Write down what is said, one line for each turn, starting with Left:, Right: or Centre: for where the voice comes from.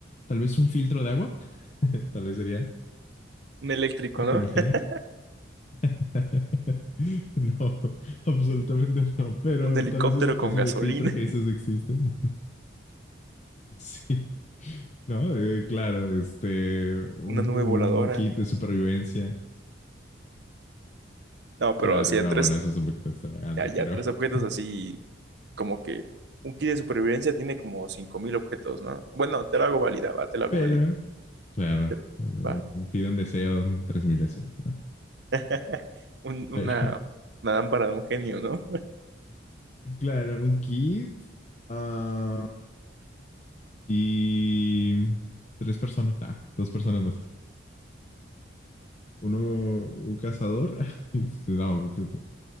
Left: tal vez un filtro de agua, <laughs> tal vez sería,
Right: Un eléctrico, ¿no?
Left: ¿te imaginas?
Right: <laughs>
Left: <laughs> No, absolutamente no, pero
Right: Un helicóptero
Left: tal vez una especie
Right: con gasolina,
Left: de filtro que esos existen. <laughs> Sí, no, Eh, claro, este, un,
Right: una nube
Left: un
Right: voladora.
Left: kit de supervivencia.
Right: No, pero
Left: Claro,
Right: así
Left: no,
Right: a tres,
Left: bueno, eso es un poquito extravagante,
Right: ya, ya
Left: pero,
Right: tres objetos
Left: <laughs>
Right: así como que un kit de supervivencia tiene como cinco mil objetos, ¿no? Bueno, te la hago válida, va, te la hago
Left: pero,
Right: válida.
Left: claro,
Right: Pero,
Left: eh,
Right: va.
Left: pide un deseo, un- tres mil deseos, ¿no?
Right: <laughs> Un-
Left: Pero,
Right: una,
Left: <laughs>
Right: una lámpara de un genio, ¿no?
Left: claro, un kit ah, y tres personas, ah, dos personas más. Uno, un cazador. <laughs> No, pues,